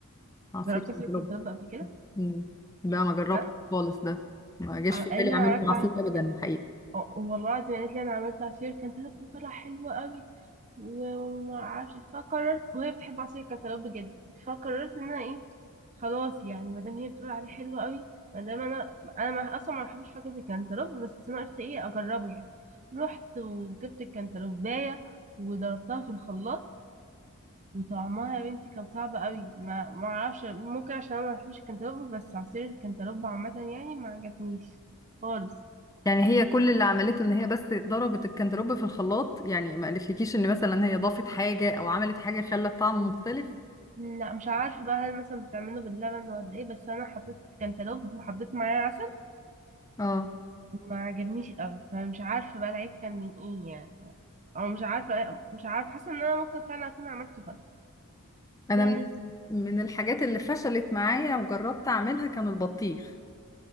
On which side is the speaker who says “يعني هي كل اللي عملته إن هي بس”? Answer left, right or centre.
Left